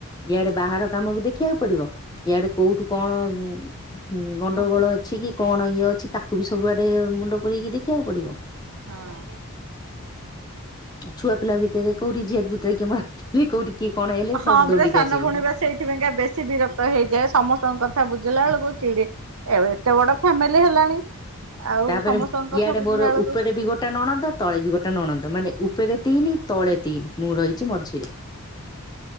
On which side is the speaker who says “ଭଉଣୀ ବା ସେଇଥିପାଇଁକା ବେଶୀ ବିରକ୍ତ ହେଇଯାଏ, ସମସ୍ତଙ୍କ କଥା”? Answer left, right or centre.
Right